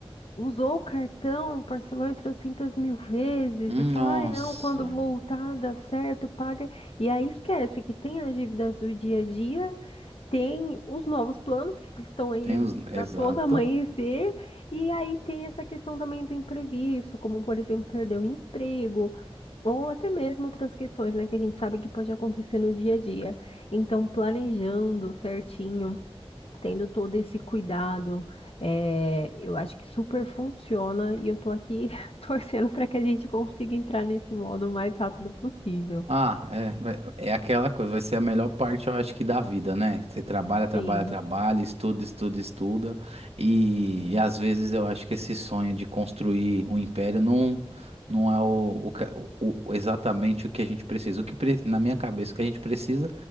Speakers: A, on the left; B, on the right.
A: usou o cartão, parcelou em trezentas mil vezes
B: Hum,
A: e fala,
B: Nossa,
A: ai não, quando voltar dá certo, paga. E aí esquece que tem as dívidas do dia a dia tem os novos planos que estão aí
B: tem os, exato.
A: a todo amanhecer, e aí tem essa questão também do imprevisto, como por exemplo, perder o emprego, ou até mesmo outras questões, né, que a gente sabe que pode acontecer no dia a dia. Então, planejando certinho, tendo todo esse cuidado, é, eu acho que super funciona e eu tô aqui <laughs> torcendo para que a gente consiga entrar nesse modo o mais rápido possível.
B: Ah, é, vai- é aquela coisa, vai ser a melhor parte, eu acho que da vida, né? Você trabalha, trabalha,
A: Sim,
B: trabalha, estuda, estuda, estuda, e, e às vezes eu acho que esse sonho de construir um império não, não é o, o ca- o- o- exatamente o que a gente precisa. O que pre- na minha cabeça o que a gente precisa